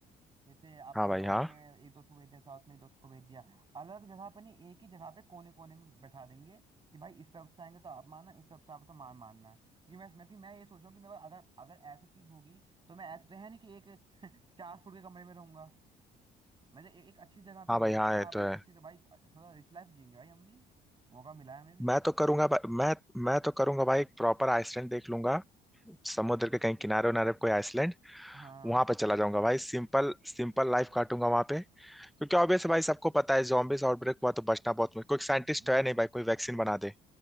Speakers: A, on the right (about 30°); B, in the centre.
A: जैसे आपका
B: हाँ भाई
A: नॉर्थ
B: हाँ
A: में एक दोस्त को भेज दिया साउथ में एक दोस्त को भेज दिया अलग अलग जगह पर नहीं एक ही जगह पे कोने कोने में बैठा देंगे कि भाई इस तरफ से आएंगे तो आप मानना इस तरफ से आप तो मार मानना है क्योंकि मैं मैं, कि मैं ये सोच रहा हूँ कि मेरे पास अगर अगर ऐसा चीज होगी तो मैं ऐसा तो है नहीं कि एक <laughs> चार फुट के कमरे में रहूंगा मैं तो ए, एक अच्छी जगह पे
B: हाँ
A: रहूंगा
B: भाई हाँ
A: ना कि हाँ
B: ये
A: भाई
B: तो है
A: एक अच्छी भाई थोड़ा रिच लाइफ जियेंगे भाई हम भी मौका मिला है हमें भी
B: मैं तो करूंगा भा- मैं मैं तो करूंगा भाई एक प्रॉपर आइसलैंड देख लूंगा समुद्र के कहीं किनारे उनारे पे कोई आइसलैंड
A: हाँ
B: वहां पे चला जाऊंगा भाई सिंपल सिंपल लाइफ काटूंगा वहां पे क्योंकि ऑब्वियस भाई सबको पता है जॉम्बिस आउटब्रेक हुआ तो बचना बहुत मुश्किल कोई साइंटिस्ट है
A: बिल्कुल
B: नहीं भाई कोई वैक्सीन बना दे